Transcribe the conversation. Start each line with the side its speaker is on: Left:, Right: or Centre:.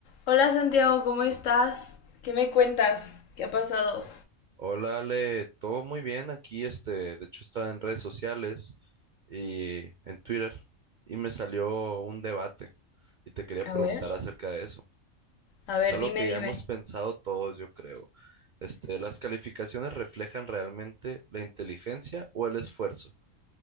Left: Hola Santiago, ¿cómo estás? ¿Qué me cuentas? ¿Qué ha pasado?
Right: Hola Ale, todo muy bien aquí, este, de hecho estaba en redes sociales y en Twitter y me salió un debate y te quería
Left: A
Right: preguntar
Left: ver,
Right: acerca de eso.
Left: a ver,
Right: Es algo
Left: dime,
Right: que ya
Left: dime.
Right: hemos pensado todos, yo creo. Este, ¿las calificaciones reflejan realmente la inteligencia o el esfuerzo?